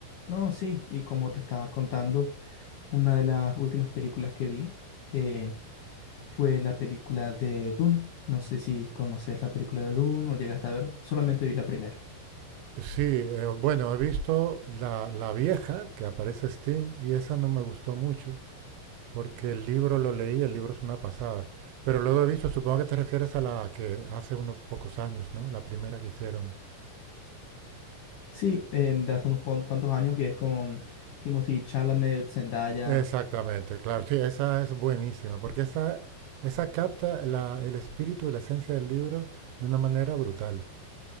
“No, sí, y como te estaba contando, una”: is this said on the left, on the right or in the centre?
Left